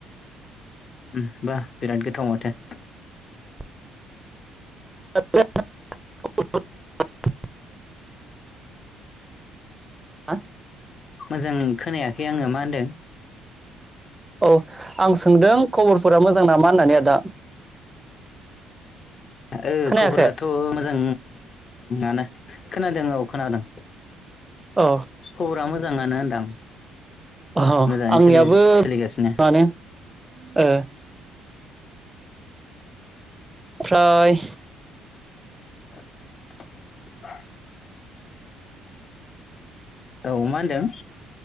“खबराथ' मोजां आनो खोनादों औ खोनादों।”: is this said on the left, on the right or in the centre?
Left